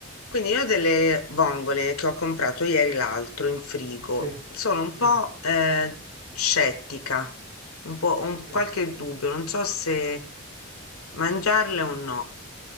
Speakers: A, on the left; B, on the right.
A: Quindi io ho delle vongole che ho comprato ieri l'altro in frigo
B: Sì,
A: sono un
B: sì,
A: po' eh, scettica, un po', ho un-
B: sì.
A: qualche dubbio, non so se mangiarle o no.